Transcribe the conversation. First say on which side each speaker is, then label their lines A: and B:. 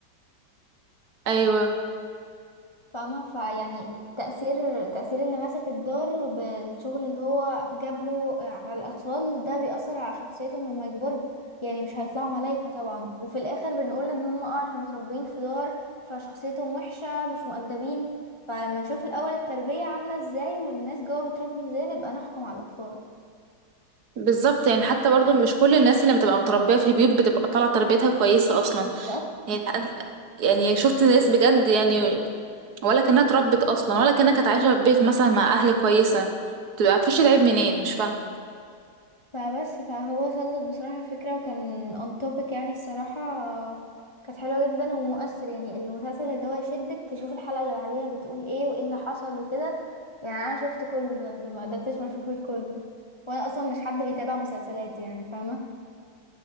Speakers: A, on the right; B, on the left.
A: ايوه
B: فاهمة فيعني تأثير تأثير اللي ماسك الدار بالشغل اللي هو جبره على الأطفال ده بيأثر على شخصيتهم لما يكبروا يعني مش هيطلعوا ملايكة طبعا وفي الآخر بنقول إن هم اه عشان متربيين في دار فشخصيتهم وحشة مش مؤدبين فلما نشوف الأول التربية عاملة ازاي والناس جوا بتربي ازاي نبقى نحكم على الأطفال
A: بالظبط يعني حتى برضو مش كل الناس اللي بتبقى متربيه في بيوت بتبقى طالعه تربيتها كويسه اصلا
B: بالذات
A: يعني أنا- يعني شفت ناس بجد يعني ولا كانها اتربت اصلا ولا كانها كانت عايشه في بيت مثلا مع اهل كويسه بتبقى مفيش العيب منين مش فاهمه
B: فبس فهو سلط بصراحة فكرة وكان on topic يعني الصراحة كانت حلوة جدا ومؤثر يعني المسلسل اللي هو يشدك تشوف الحلقة اللي بعديها بتقول ايه وايه اللي حصل وكده يعني انا شفت كله بجد ما قدرتش ما اشوفوش كله وانا اصلا مش حد بيتابع مسلسلات يعني فاهمة